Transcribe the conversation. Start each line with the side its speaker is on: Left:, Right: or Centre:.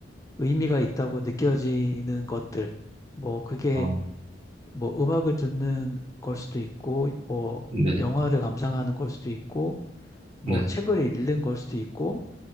Left: 의미가 있다고 느껴지는 것들, 뭐 그게
Right: 아,
Left: 뭐 음악을 듣는 걸 수도 있고, 뭐
Right: 네,
Left: 영화를 감상하는 걸 수도 있고, 뭐
Right: 네,
Left: 책을 읽는 걸 수도 있고,